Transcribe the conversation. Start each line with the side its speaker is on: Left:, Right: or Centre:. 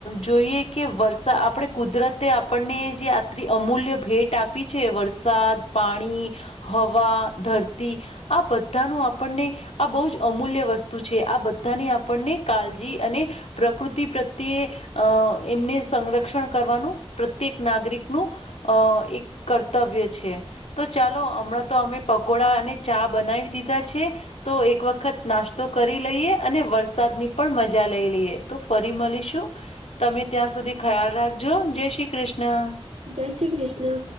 Left: જોઈએ કે વર્ષા આપણે કુદરતે આપણને જે અમૂલ્ય ભેટ આપી છે વરસાદ પાણી હવા ધરતી આ બધાનું આપણને આ બહુ જ અમૂલ્ય વસ્તુ છે આ બધાને આપણને કાળજી અને પ્રકૃતિ પ્રત્યે અ એમને સંરક્ષણ કરવાનું પ્રત્યેક નાગરિકનું અ એક કર્તવ્ય છે તો ચાલો હમણાં તો અમે પકોડા અને ચા બનાવી દીધા છે તો એક વખત નાસ્તા તો કરી લઈએ અને વરસાદની પણ મજા લઈ લઈએ તો ફરી મળીશું તમે ત્યાં સુધી ખ્યાલ રાખજો જય શ્રી કૃષ્ણ
Right: જય શ્રી કૃષ્ણ